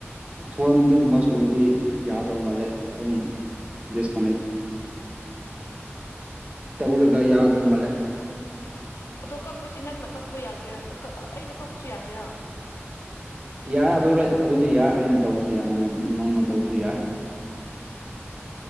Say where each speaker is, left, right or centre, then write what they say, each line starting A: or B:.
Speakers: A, on the right; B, on the left.
A: ꯐꯣꯔ ꯃꯤꯅꯤꯒꯨꯝꯕ ꯁꯨꯔꯗꯤ ꯌꯥꯗꯧ ꯃꯥꯜꯂꯦ ꯑꯗꯨꯝ ꯗꯤꯁꯀꯅꯦꯛ ꯇꯧꯔꯒ ꯌꯥꯒꯗꯧ ꯃꯂꯦ
B: ꯑꯗꯣ ꯀꯛꯄꯁꯤ ꯅꯪꯅ ꯀꯛꯄ ꯌꯥꯒꯦꯔꯥ ꯑꯩꯅ ꯀꯛꯄꯁꯨ ꯌꯥꯒꯦꯔꯥ
A: ꯌꯥꯏ ꯑꯗꯨ ꯑꯗꯨꯗꯤ ꯌꯥꯏ ꯑꯩꯅ ꯇꯧꯕꯁꯨ ꯌꯥꯏ ꯅꯪꯅ ꯇꯧꯕꯁꯨ ꯌꯥꯏ